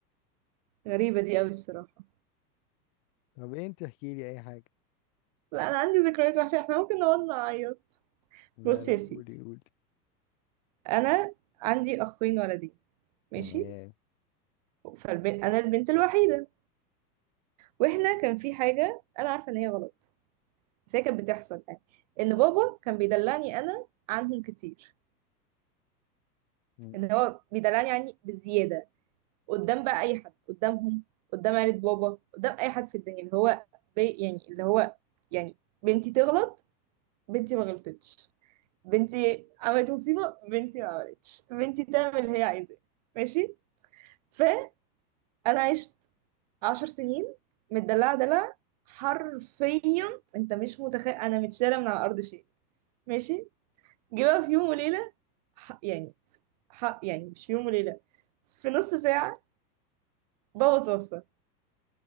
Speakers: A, on the right; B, on the left.
A: غريبة دي قوي الصراحة
B: طب إيه انت احكي لي اي حاجه
A: لا انا عندي ذكريات وحشة احنا ممكن نقعد نعيط
B: لا
A: بص
B: لا
A: يا سيدي
B: قولي قولي
A: انا عندي اخين ولدين ماشي
B: تمام
A: فالبنت انا البنت الوحيدة واحنا كان في حاجة انا عارفة ان هي غلط بس هي كانت بتحصل يعني ان بابا كان بيدلعني انا عنهم كتير
B: م.
A: ان هو بيدلعني يعني بزياده قدام بقى اي حد قدامهم قدام عيلة بابا قدام اي حد في الدنيا اللي هو بي يعني اللي هو يعني بنتي تغلط بنتي ما غلطتش بنتي عملت مصيبه بنتي ما عملتش بنتي تعمل اللي هي عايزاه ماشي فانا عشت عشر سنين متدلعه دلع حرفيا انت مش متخيل انا متشاله من على الارض شيء ماشي جه بقى في يوم وليلة ح- يعني ح- يعني مش في يوم وليلة في نص ساعة بابا توفى